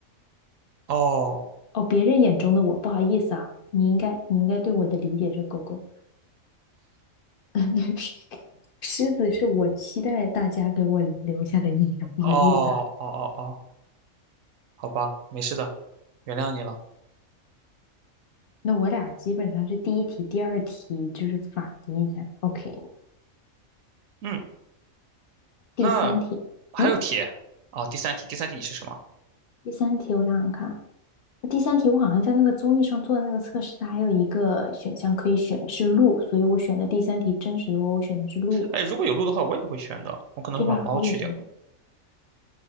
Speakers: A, on the right; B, on the left.
A: 哦
B: 哦，别人眼中的我，不好意思啊，你应该，你应该对我的理解是狗狗。<laughs> 狮子是我期待大家给我留下的印象，不好意思啊。
A: 哦哦哦哦，好吧，没事的，原谅你了。
B: 那我俩基本上是第一题、第二题就是反的印象。OK，
A: 嗯，
B: 第三题，
A: 那还有题
B: 嗯，
A: 啊，第三题，第三题你是什么？
B: 第三题我想想看。第三题，我好像在那个综艺上做的那个测试，它还有一个选项可以选是鹿，所以我选的第三题真实，的我选的是鹿，
A: 哎，如果有鹿的话，我也会选的，我可能会把猫去掉。
B: 对吧？我也觉得，